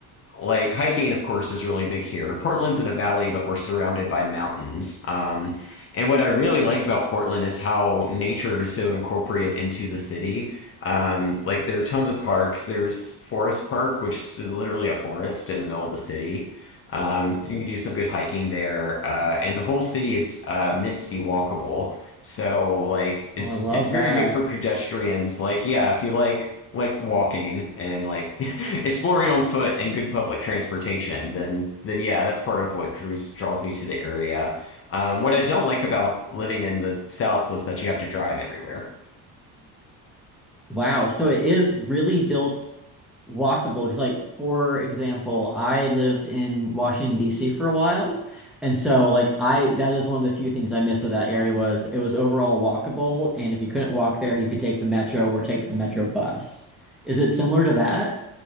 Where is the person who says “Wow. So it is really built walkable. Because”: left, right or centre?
Centre